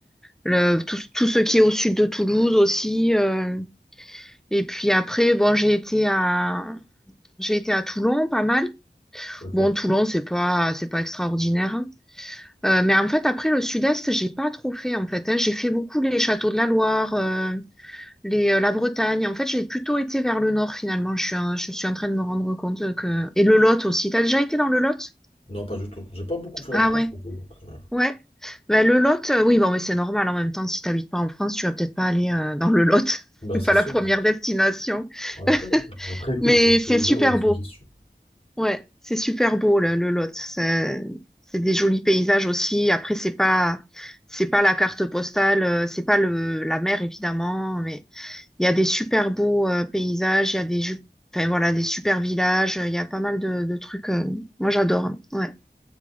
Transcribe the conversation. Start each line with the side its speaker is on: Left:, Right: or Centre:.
Centre: Le, tout, tout ce qui est au sud de Toulouse aussi. euh, et puis après, bon, j'ai été à j'ai été à Toulon pas mal.
Left: Ok.
Centre: Bon, Toulon, c'est pas c'est pas extraordinaire. hein. Euh, mais en fait, après le Sud-Est, j'ai pas trop fait en fait. hein. J'ai fait beaucoup les châteaux de la Loire, euh, les, euh, la Bretagne. En fait, j'ai plutôt été vers le nord finalement. Je suis, en- je suis en train de me rendre compte que et le Lot aussi. T'as déjà été dans le Lot?
Left: Non, pas du tout. J'ai pas beaucoup fait la
Centre: Ah
Left: France
Centre: ouais,
Left: non plus, donc. euh,
Centre: ouais. Ben, le Lot, euh, oui, bon, mais c'est normal. En même temps, si t'habites pas en France, tu vas peut-être pas aller euh, dans le Lot. <laughs>
Left: Bah
Centre: C'est
Left: c'est
Centre: pas
Left: sûr.
Centre: la première destination.
Left: Après,
Centre: <laughs>
Left: après écoute,
Centre: Mais c'est
Left: c'est ouvert
Centre: super
Left: aux suggestions.
Centre: beau. Ouais, c'est super beau là, le Lot. C'est c'est des jolis paysages aussi. Après, c'est pas c'est pas la carte postale, euh, c'est pas le la mer évidemment, mais il y a des super beaux euh, paysages, il y a des ju- enfin voilà, des super villages, il y a pas mal de, de trucs. euh, moi, j'adore. hein. Ouais,